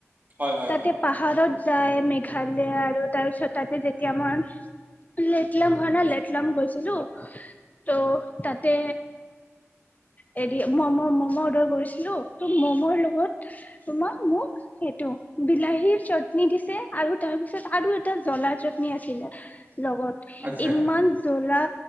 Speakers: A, on the right (about 35°); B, on the left (about 30°).
A: হয় হয়
B: তাতে
A: হয়।
B: পাহাৰত যাই মেঘালয় আৰু তাৰপিছত তাতে যেতিয়া মই লেটলাম হয় ন, লেটলাম গৈছিলো। ত' তাতে হেৰি ম'ম'-ম'ম' অৰ্ডাৰ কৰিছিলো ত' ম'ম' লগত তম মোক সেইটো বিলাহীৰ চাট্নি দিছে আৰু তাৰপিছত আৰু এটা জ্বলা চাটনি আছিলে। লগত
A: আচ্ছা
B: ইমান জ্বলা।